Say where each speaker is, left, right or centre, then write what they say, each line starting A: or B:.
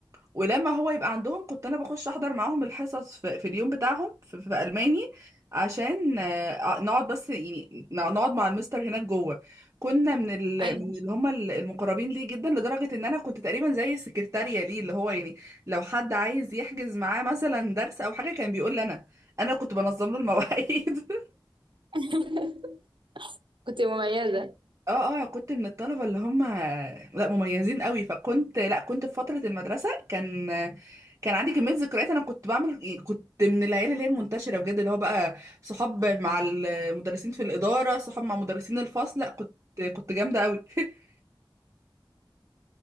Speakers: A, on the right; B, on the right.
A: ولما هو يبقى عندهم كنت انا بخش احضر معاهم الحصص في, في اليوم بتاعهم في, في الماني عشان آه، نقعد بس يعني نقعد مع المستر هناك جوه كنا من ال...
B: ايوه
A: من اللي هم المقربين ليه جدا لدرجه ان انا كنت تقريبا زي السكرتاريه ليه اللي هو يعني لو حد عايز يحجز معاه مثلا درس او حاجه كان بيقول لي انا انا كنت بنظم له المواعيد
B: <laughs> كنت مميزة
A: اه اه كنت من الطلبة اللي هم لا مميزين قوي فكنت لا كنت في فترة المدرسة كان كان عندي كمية ذكريات انا كنت بعمل إيه، كنت من العيلة اللي هي المنتشرة بجد اللي هو بقى صحاب مع المدرسين في الإدارة صحاب مع مدرسين الفصل لا كنت كنت جامدة قوي <laughs>